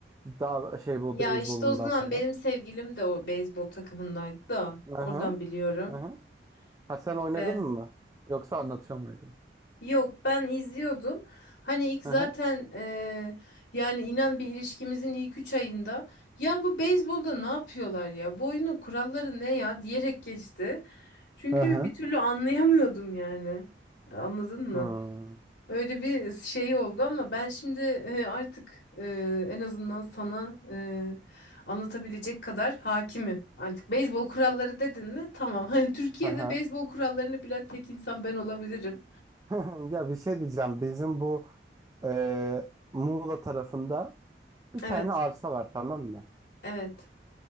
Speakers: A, on the right; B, on the left.
A: daha şey bu
B: Ya
A: beyzbolundan
B: işte o zaman
A: falan.
B: benim sevgilim de o beyzbol takımındaydı da oradan
A: Aha,
B: biliyorum.
A: aha. Ha sen
B: İşte
A: oynadın mı? Yoksa anlatıyor muydun?
B: yok ben izliyordum. Hani ilk zaten
A: Aha.
B: eee, yani inan bir ilişkimizin ilk 3 ayında ya bu beyzbolda ne yapıyorlar ya bu oyunun kuralları ne ya diyerek geçti. Çünkü
A: Aha.
B: bir türlü anlayamıyordum yani. Anladın mı?
A: Hmm.
B: Böyle bir şey oldu ama ben şimdi e, artık e, en azından sana e, anlatabilecek kadar hakimim. Artık beyzbol kuralları dedin mi? Tamam. <laughs> Hani Türkiye'de
A: Aha.
B: beyzbol kurallarını bilen tek insan ben olabilirim.
A: <laughs> Ya bir şey diyeceğim. Bizim bu e, Muğla tarafında bir
B: Evet,
A: tane arsa var tamam mı?
B: evet.